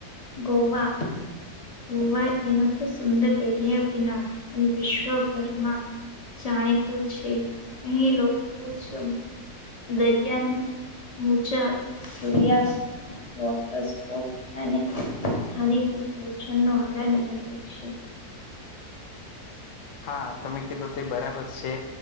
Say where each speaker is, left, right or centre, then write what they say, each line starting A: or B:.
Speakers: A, on the left; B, on the left.
A: ગોવા ગોવા તેનો તો સુંદર દરિયા કિનારો અને વિશ્વભરમાં જાણીતું છે. અહીં લોકો જ દરિયાની, મુજા, સૂર્યાસ્ત વોટર સ્પોર્ટ અને હાની ભોજનનો આનંદ મેળવે છે.
B: હા, તમે કીધું, તે બરાબર છે.